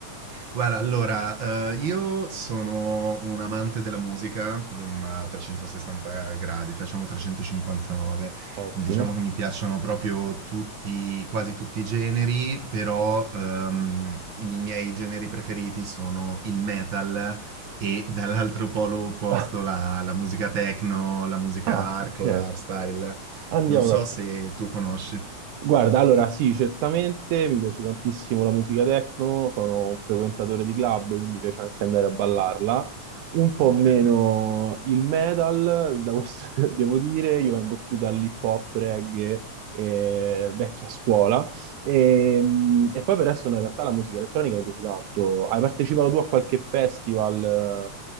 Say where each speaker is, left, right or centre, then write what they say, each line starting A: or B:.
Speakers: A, on the right; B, on the right.
A: Guarda, allora, eh, io sono un amante della musica, mm, a 360 gradi, facciamo 359.
B: Ottimo.
A: Diciamo che mi piacciono proprio tutti, quasi tutti i generi, però ehm, i miei generi preferiti sono il metal e dall'altro polo opposto
B: <laughs>
A: la, la musica techno, la musica
B: Ah,
A: hardcore,
B: ok.
A: hardstyle.
B: Andiamo
A: Non so
B: d'accordo.
A: se tu conosci.
B: Guarda, allora sì, certamente mi piace tantissimo la musica techno, sono un frequentatore di club, quindi mi piace anche andare a ballarla. Un po'
A: Ok.
B: meno il metal, da questo <laughs> devo dire, io vengo più dall'hip hop, reggae, eh, vecchia scuola. E, mh, e poi per adesso in realtà la musica elettronica mi piace tanto. Hai partecipato tu a qualche festival